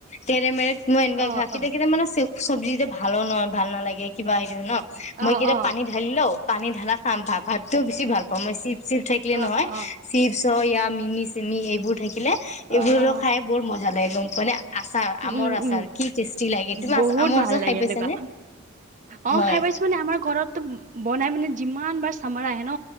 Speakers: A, on the left; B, on the right.
A: তেৰেমেৰেক মই এনেকুৱা
B: অ
A: ঘা কেট
B: অ
A: কেইটা মানে চ চব্জি যেতিয়া ভালো নহয় ভাল নালাগে কিবা সটো ন
B: অ
A: মই কেতিয়া
B: অ
A: পানী ঢালি লও পানী ঢালা খাম ভ ভাতটোও বেছি ভাল পাওঁ মই চিপ, চিপ থাকিলে
B: অ
A: নহয়
B: অ
A: চিপছ হয় ইয়া মিমি, চিমি এইবোৰ থাকিলে এইবোৰ
B: অ অ
A: খাই বৰ মজা লাগে গম মানে আচাৰ
B: উম
A: আমৰ আচাৰ
B: উম
A: কি টেষ্টি লাগে তুমি
B: বহুত
A: আচাৰ আমৰ
B: ভাল
A: আচাৰ
B: লাগে
A: খাই পাইছানে?
B: এনেকুৱা অ',
A: হয়
B: খাই পাইছো মানে আমাৰ ঘৰতটো বনাই মানে যিমান বাৰ চামৰা আহে ন